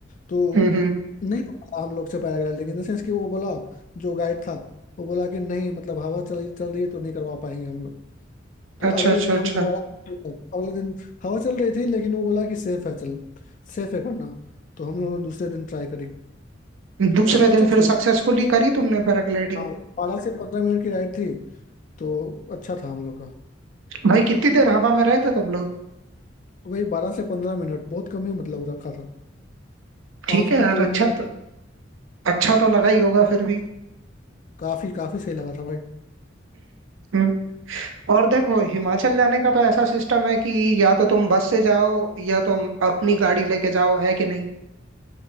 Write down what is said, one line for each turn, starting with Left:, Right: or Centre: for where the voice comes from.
Left: तो
Right: हम्म हम्म
Left: नहीं हो पाया हम लोग से पैराग्लाइडिंग इन द सेंस कि वो बोला जो गाइड था वो बोला कि नहीं मतलब हवा चल चल रही है तो नहीं करवा पाएंगे हम लोग तो
Right: अच्छा
Left: अगले
Right: अच्छा
Left: दिन हम
Right: अच्छा
Left: दोबारा अगले दिन हवा चल रही थी लेकिन वो बोला कि सेफ है चल सेफ है करना तो हम लोगों ने दूसरे दिन ट्राई करी
Right: दूसरे
Left: काफी अच्छा
Right: दिन
Left: एक्सपीरियंस
Right: फिर सक्सेसफुली करी तुमने पैराग्लाइडिंग
Left: हाँ बारह से पंद्रह मिनट की राइड थी तो अच्छा था हम लोग का
Right: भाई कितनी देर हवा में रहे थे तुम लोग
Left: वही बारह से पंद्रह मिनट बहुत कम ही मतलब रखा था
Right: ठीक
Left: पाँच
Right: है
Left: मिनट
Right: यार
Left: तो
Right: अच्छा
Left: उड़ने में
Right: तो अच्छा तो लगा ही होगा फिर भी
Left: काफी काफी सही लगा था भाई
Right: हम्म। और देखो हिमाचल जाने का तो ऐसा सिस्टम है कि या तो तुम बस से जाओ या तुम अपनी गाड़ी लेके जाओ है कि नहीं